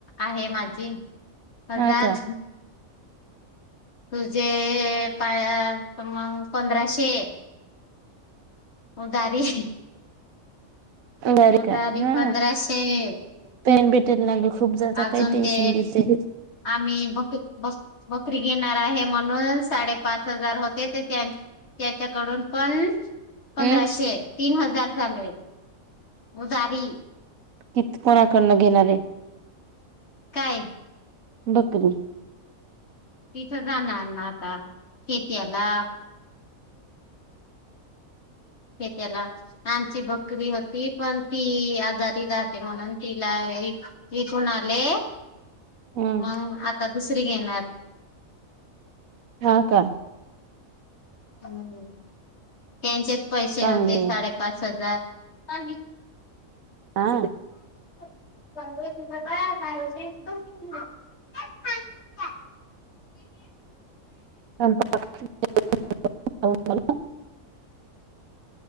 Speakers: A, on the left; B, on the right.
A: आहे माझी पगार.
B: हा का
A: तुझे पा मग पंधराशे. उ दारी.
B: बर
A: उदाारी
B: का हा
A: पंधराशे. हम्म
B: पेन भेटेल ना ग खूप जास्त
A: अजून
B: काही टेन्शन
A: ते.
B: घेते
A: आम्ही बकरी ब बकरी गे. म्हणून साडे पाच हजार होते त्याच्याकडून पण. पंधराशे
B: हम्
A: तीन हजार झाले उजारी.
B: किती कोणाकडनं घेणारे.
A: काय?
B: बकरी.
A: तिथं जाणार ना आता शेती याला. त्याला आमची बकरी होती पण ती आजारी राहते म्हणून तिला. तिथून आले.
B: हम्म
A: मग आता दुसरी घेणार.
B: हा काय.
A: ह् त्यांचेच पैसे
B: चांगली
A: होते साडेपाच हजार. अ.
B: हा
A: काती.
B: <unintelligible> <inaudible>